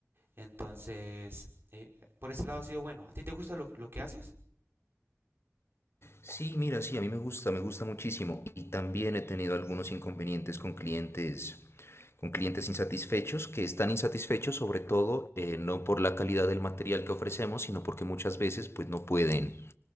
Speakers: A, on the right; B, on the left.
A: Entonces, eh, por ese lado ha sido bueno. ¿A ti te gusta lo, lo que haces?
B: Sí, mira, sí, a mí me gusta, me gusta muchísimo. Y también he tenido algunos inconvenientes con clientes, con clientes insatisfechos, que están insatisfechos sobre todo eh, no por la calidad del material que ofrecemos, sino porque muchas veces pues no pueden